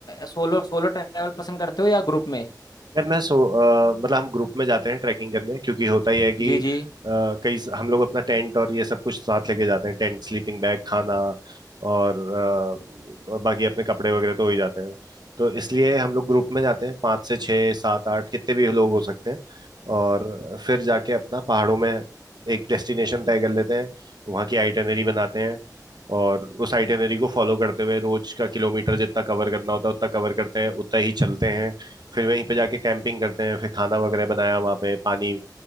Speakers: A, on the left; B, on the right.
A: सोलो सोलो ट्रैवल पसंद करते हो या ग्रुप में
B: यार मैं सो अ, मतलब हम ग्रुप में जाते हैं ट्रैकिंग करने क्योंकि होता ही है कि
A: जी जी
B: अ, कई हम लोग अपना टेंट और ये सब कुछ साथ लेके जाते हैं टेंट स्लीपिंग बैग खाना और, अ, और बाकी अपने कपड़े वगैरह तो हो ही जाते हैं तो इसलिए हम लोग ग्रुप में जाते हैं पाँच से छः सात आठ कितने भी लोग हो सकते हैं और फिर जाके अपना पहाड़ों में एक डेस्टिनेशन तय कर लेते हैं वहाँ की आइटनरी बनाते हैं और उस आइटनरी को फॉलो करते हुए रोज का किलोमीटर जितना कवर करना होता है उतना कवर करते हैं उतना ही चलते हैं फिर वहीं पे जाके कैंपिंग करते हैं फिर खाना वगैरह बनाया वहाँ पे पानी